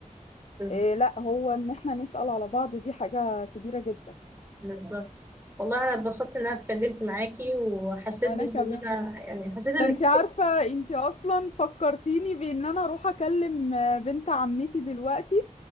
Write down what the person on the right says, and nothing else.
بالظبط
بالظبط والله أنا اتبسطت إن أنا اتكلمت معاكي وحسيت
برضه
إن أنا يعني حسيت إنك